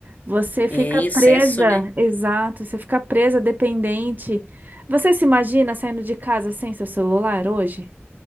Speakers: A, on the right (about 45°); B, on the left (about 40°).
A: Você fica
B: É em
A: presa,
B: excesso, né?
A: exato, você fica presa, dependente. Você se imagina saindo de casa sem seu celular hoje?